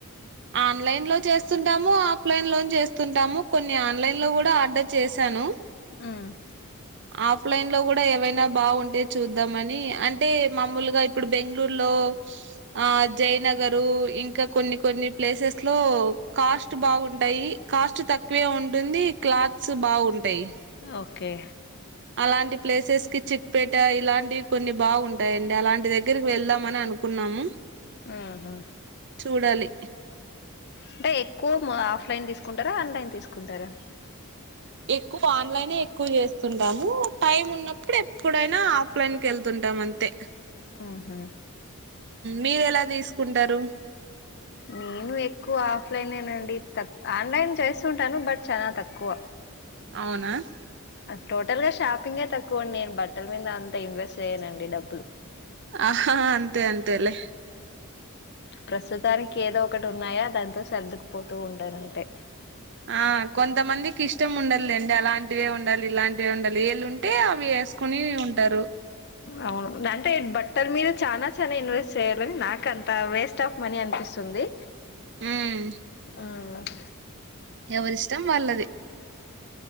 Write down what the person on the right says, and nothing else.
ఆన్లైన్ లో చేస్తుంటాము ఆఫ్లైన్ లో చేస్తుంటాము కొన్ని ఆన్లైన్ లో కూడా ఆర్డర్ చేశాను
ఆఫ్లైన్ లో గూడా ఏవైనా బాగుంటే చూద్దాం అని అంటే మామూలుగా ఇప్పుడు బెంగళూరులో ఆ జయనగరు ఇంకా కొన్ని కొన్ని ప్లేసెస్ లో కాస్ట్ బాగుంట ఉంటాయి కాస్ట్ తక్కువే ఉంటుంది క్లాత్స్ బాగుంటాయి
అలాంటి ప్లేసెస్ కి చిక్పేట ఇలాంటివి కొన్ని బాగు ఉంటాయి అండి అలాంటి దగ్గరికి వెళ్దాంమని అనుకున్నా నము
చూడాలి
ఎక్కువ ఆన్లైన్ ఎక్కువ చేస్తుంటాము టైం ఉన్నప్పుడు ఎప్పుడైనా ఆఫ్లైన్ కెళ్తుంట ఉంటాం అంతే
మీరు ఎలా తీసుకుంటారు
అవునా
ఆహా అంతే అంతే లే
ఆ కొంతమందికి ఇష్టం ఉండదు లేండి అలాంటివే ఉ ఉండాలి ఇలాంటివి ఉండాలి ఎళ్ళు ఉంటే అవి యేసుకుని ఉంటారు
ఉమ్
ఎవరిష్టం వాళ్ళది